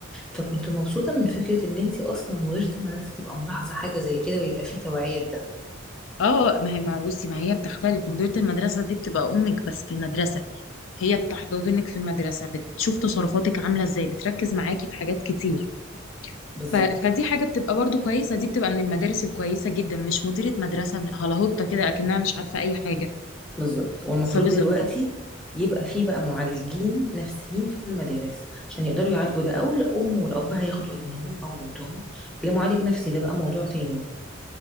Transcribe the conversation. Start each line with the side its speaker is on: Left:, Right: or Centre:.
Centre: فكنت مبسوطة من فكرة إن أنت أصلا مديرة المدرسة تبقى ملاحظة حاجة زي كده ويبقى في توعية بده
Left: اه ما هي ما بصي ما هي بتختلف مديرة المدرسة دي بتبقى أمك بس في المدرسة هي بتحضنك في المدرسة بتشوف تصرفاتك عاملة ازاي بتركز معاكي في حاجات كتير
Centre: بالظبط
Left: ف... فدي حاجة بتبقى برضو كويسة دي بتبقى من المدارس الكويسة جدا مش مديرة مدرسة هلاهوطة كده أكنها مش عارفة أي حاجة
Centre: بالظبط والمفروض
Left: فبالظبط
Centre: دلوقتي يبقى فيه بقى معالجين نفسيين في المدارس عشان يقدروا يعالجوا ده او الام والاب هياخدوا ابنهم او بنتهم لمعالج نفسي ده بقى موضوع تاني